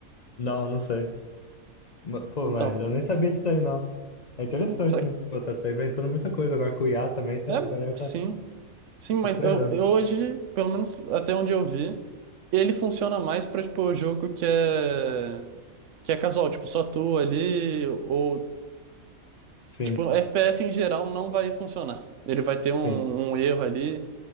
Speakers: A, on the left; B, on the right.
A: Não, não sei. Ma- Pô,
B: Então,
A: mas eu nem sabia disso aí, não. É interessante,
B: só que.
A: né? Pô, tá, tá inventando muita coisa. Agora com o IA também, tá,
B: É,
A: a galera tá,
B: sim.
A: tá
B: Sim, mas
A: superando.
B: eu, eu hoje, pelo menos até onde eu vi, ele funciona mais pra, tipo, jogo que é. que é casual, tipo, só tu ali, ou,
A: Sim,
B: tipo, FPS em geral não vai funcionar. Ele vai ter
A: sim.
B: um, um erro ali,